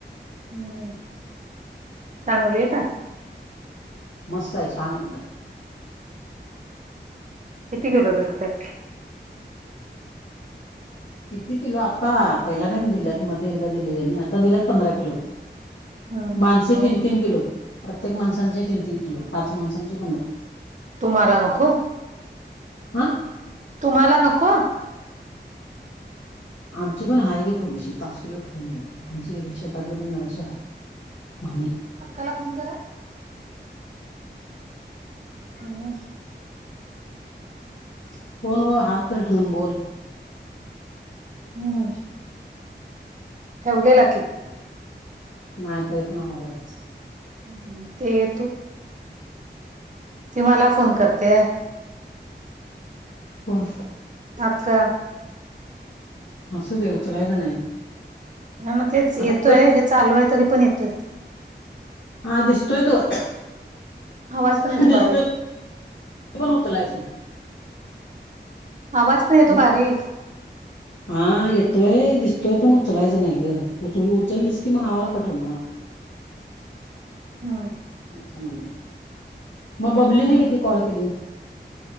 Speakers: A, on the right; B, on the left.
A: नाय चांगली आहे का?
B: मस्त आहे छान एकदम.
A: किती किलो भेटते?
B: किती किलो आता पहिला टाइम दिल्यात मध्ये एकदा दिलेल्यानी आता दिल्यात पंधरा किलो.
A: हम्म
B: माणसे
A: मग
B: तीन तीन किलो प्रत्येक माणसांचे तीन तीन किलो पाच माणसांचे पंधरा.
A: तुम्हाला नको.
B: आ
A: तुम्हाला नको
B: आमची पण आहे की थोडीशी पाच किलो ठेवून घ्यायची आमचे हे शेतातले पण जराशी आहे <unintelligible>
A: अक्काला फोन करा. हा <inaudible>
B: फोनवर हात तर ठेवून बोल.
A: हम्म हम्म ठेवलेला की.
B: नाय तरी पण आवाज आ.
A: हम्म ते तू ती मला फोन करते.
B: कोन?
A: अक्का.
B: असू दे उचलायचं नाही.
A: हां मग तेच
B: आता
A: येतोय
B: कट
A: हे चालू आहे तरी पण येतोय.
B: हा दिसतोय तो,
A: आवाज पण येतो
B: दिसतोय
A: बारीक
B: पण उचलायचं नाही.
A: आवाज पण येतो
B: दिस-
A: बारीक.
B: हा येतोय दिसतोय पण उचलायचं नाही ग उचल उचललीस की मग हा वाला कट होणार.
A: <inaudible> हम्म
B: असं म्हणल. मग बबलीने
A: हम्म
B: किती कॉल केले?